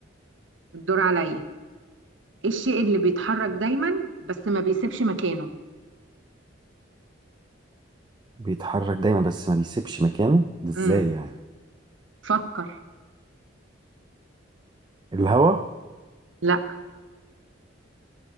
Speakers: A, on the right; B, on the right.
A: الدور عليا ايه الشيء اللي بيتحرك دايما بس ما بيسيبش مكانه
B: بيتحرك دايما بس ما بيسيبش مكانه ده ازاي
A: امم
B: يعني؟
A: فكر
B: الهوا
A: لا